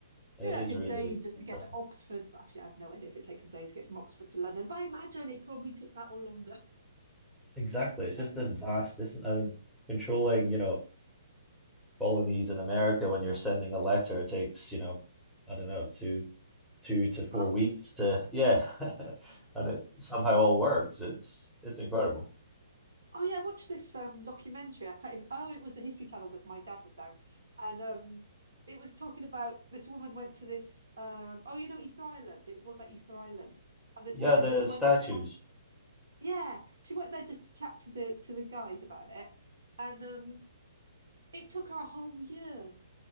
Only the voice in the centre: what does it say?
it
is
really
impressive.
Exactly.
It's just
the vast distance and controlling, you know, colonies in America when you're sending a letter it takes, you know, I don't know, two two to four
weeks to yeah <laughs> and it somehow all works it's it's incredible
yeah
the
statues